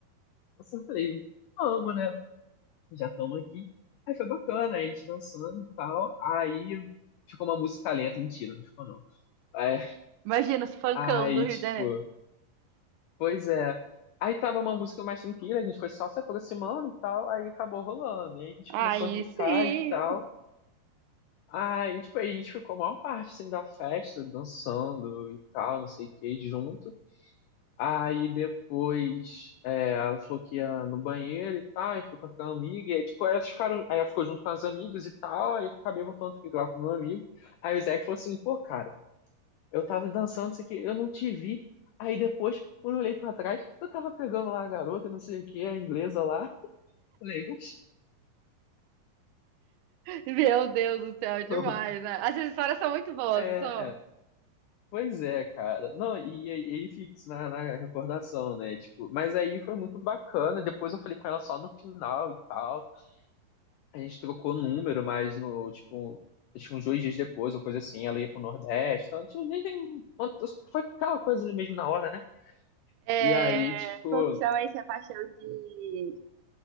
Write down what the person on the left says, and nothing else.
eu só falei, vamos, né? Já estamos aqui. Aí foi bacana, aí a gente dançando e tal. Aí ficou uma música lenta, mentira, não ficou não. É,
aí,
tipo,
Pois é. Aí tava uma música mais tranquila, a gente foi só se aproximando e tal, aí acabou rolando. E aí a gente
começou a ficar
e tal. Aí, tipo, aí a gente ficou a maior parte, assim, da festa, dançando e tal, não sei o que, junto. Aí depois é, ela falou que ia no banheiro e tal, e foi com a amiga, e aí, tipo, elas ficaram, aí ela ficou junto com as amigas e tal, aí eu acabei voltando a ficar lá com o meu amigo. Aí o Zé falou assim, pô, cara, eu tava dançando, não sei o que, eu não te vi. Aí depois, quando eu olhei pra trás, eu tava pegando lá a garota, não sei o que, a inglesa lá. <laughs> Falei, mas.
não.
É,
pois é, cara. Não, e aí ele fica na, na recordação, né? Tipo, mas aí foi muito bacana. Depois eu falei com ela só no final e tal. A gente trocou número, mas no, tipo, acho que uns dois dias depois, ou coisa assim, ela ia pro Nordeste. Então, tipo, nem, nem, foi aquela coisa ali mesmo na hora, né?
E aí, tipo,